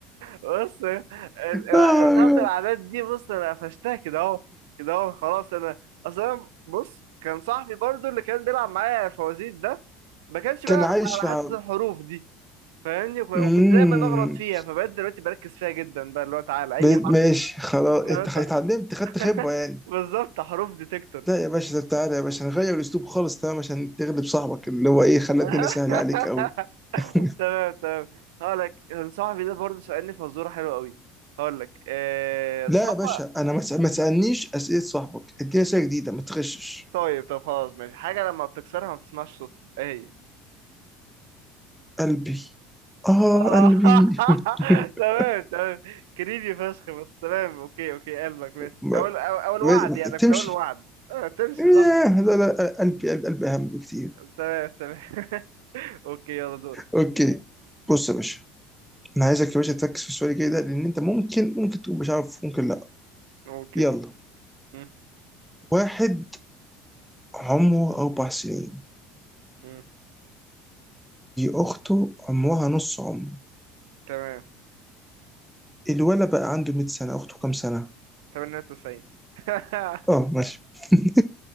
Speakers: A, on the right; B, in the centre.
A: بص ال- ال-
B: آه،
A: بتاعت
B: يا.
A: الأعداد دي بص أنا قفشتها كده أهو كده أهو خلاص أنا أصلا بص كان صاحبي برضو اللي كان بيلعب معايا فوازير ده ما كانش بيلعب
B: كان عايش
A: على
B: مع
A: حتة الحروف دي فاهمني وك- وكنت
B: امم
A: دايما اغلط فيها فبقيت دلوقتي بركز فيها جدا بقى اللي هو تعالى اي
B: بقيت
A: حرف
B: ماشي خلاص
A: غلط-
B: انت خ- اتعلمت
A: <laughs>
B: خدت خبرة يعني
A: بالظبط حروف ديتكتور
B: لا يا باشا طب تعالى يا باشا نغير الاسلوب خالص تمام عشان تغلب صاحبك اللي هو ايه خلى
A: <laughs>
B: الدنيا سهلة عليك قوي <laughs>
A: تمام تمام هقول لك صاحبي ده برضه سألني فزوره حلوه قوي هقول لك آه
B: لا
A: صح
B: يا باشا انا ما تس- ما تسالنيش اسئله صاحبك اديني اسئله جديده ما تغشش
A: طيب طب خلاص ماشي حاجه لما بتكسرها ما بتسمعش صوتها ايه هي
B: قلبي اه
A: آه.
B: قلبي <laughs>
A: <laughs> تمام تمام كريبي فشخ بس تمام اوكي اوكي قلبك ماشي
B: ما-
A: اول اول أول وعد
B: ما-
A: يعني أنا كنت
B: تمشي
A: اقول وعد آه تمشي
B: ياه،
A: صح
B: لا لا قلبي قلبي, قلبي اهم بكتير
A: تمام تمام <laughs> اوكي يلا دورك
B: اوكي بص يا باشا انا عايزك يا باشا تركز في السؤال الجاي ده لان انت ممكن ممكن تكون مش عارف ممكن لا
A: اوكي
B: يلا
A: مم،
B: واحد عمره اربع سنين
A: مم،
B: واخته عمرها نص عمره
A: تمام
B: الولد بقى عنده 100 سنه اخته كام سنه
A: 98 <laughs>
B: اه ماشي <laughs>